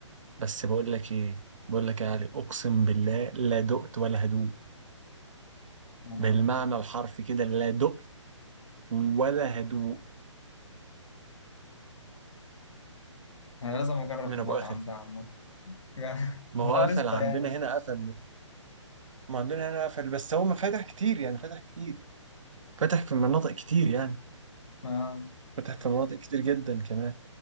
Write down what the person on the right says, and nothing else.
بس بقول لك ايه بقول لك يا علي اقسم بالله لا دقت ولا هدوء
بالمعنى
الحرفي كده لا دقت ولا هدوء
من
ابو اخر كده
ما
هو قفل
عندنا
هنا قفل ما عندنا هنا قفل بس هو ما فتح كتير يعني فتح كتير فتح في مناطق كتير يعني
فتح في مناطق كتير جدا كمان